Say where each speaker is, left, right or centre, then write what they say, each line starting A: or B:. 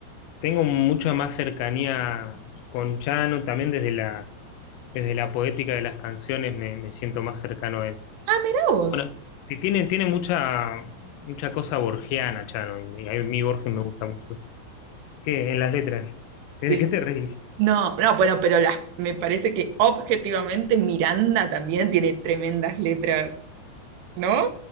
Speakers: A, on the left (about 85°); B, on the right (about 75°).
A: tengo mucha más cercanía con Chano, también desde la, desde la poética de las canciones me, me siento más cercano a él.
B: Ah, mira vos.
A: Bueno, que tiene, tiene mucha, mucha cosa borgiana, Chano, y a mí Borges me gusta mucho. ¿Qué? En las letras. ¿Qué-
B: Sí.
A: ¿De qué te reís?
B: No, no, bueno, pero las, me parece que objetivamente Miranda también tiene tremendas letras, ¿no?